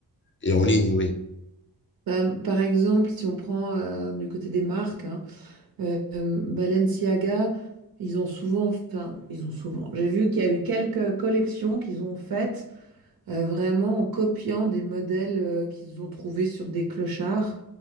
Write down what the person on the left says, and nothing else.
et en ligne, oui.